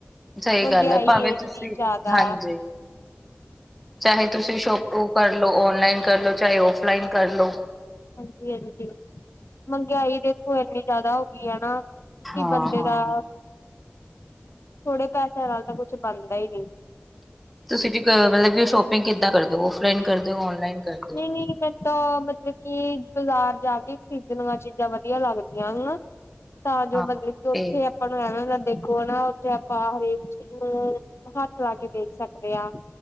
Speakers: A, in the centre; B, on the left.
A: ਸਹੀ
B: ਮਹਿੰਗਾਈ
A: ਗੱਲ ਹੈ ਭਾਵੇਂ
B: ਇੰਨੀ
A: ਤੁਸੀਂ
B: ਜ਼ਿਆਦਾ
A: ਹਾਂਜੀ। ਚਾਹੇ ਤੁਸੀਂ ਸ਼ੋਪ ਕਰਲ ਓਨਲਾਈਨ ਕਰਲੋ ਚਾਹੇ ਆਫਲਾਈਨ ਕਰਲੋ।
B: ਹਾਂਜੀ ਹਾਂਜੀ ਮਹਿੰਗਾਈ ਦੇਖੋ ਇਨੀ ਜ਼ਿਆਦਾ ਹੋ ਗਈ ਹੈ ਨਾ
A: ਹਾਂ
B: ਬੰਦੇ
A: ਹਾਂ
B: ਦਾ। ਥੋੜੇ ਪੈਸਿਆਂ ਨਾਲ ਤਾਂ ਕੁਛ ਬਣਦਾ ਹੀ ਨਹੀਂ
A: ਤੁਸੀਂ ਜ ਮਤਲਬ ਕਿ ਉਹ ਸ਼ੋਪਿੰਗ ਕਿੱਦਾਂ ਕਰਦੇ। ਔਫਲਾਈਨ ਕਰਦੇ ਹੋ ਔਨਲਾਈਨ ਕਰਦੇ
B: ਨਹੀਂ
A: ਹੋ
B: ਨਹੀਂ ਮੈਂ ਤਾਂ ਮਤਲਬ ਕਿ ਬਾਜ਼ਾਰ ਜਾ ਕੇ ਖ਼ਰੀਦਣ ਵਾਲੀਆਂ ਚੀਜ਼ਾਂ ਵਧੀਆ ਲੱਗਦੀਆਂ ਹਨ ਨਾ। ਤਾਂ ਜੋ
A: ਹਾਂ
B: ਮਤਲਬ ਕਿ ਉੱਥੇ
A: ਤੇ
B: ਆਪਾਂ ਨੂੰ ਐਵੇਂ ਦੇਖੋ ਨਾ ਉੱਥੇ ਆਪਾਂ ਹਰੇਕ ਚੀਜ਼ ਨੂੰ ਹੱਥ ਲਾ ਕੇ ਦੇਖ ਸਕਦੇ ਹਾਂ।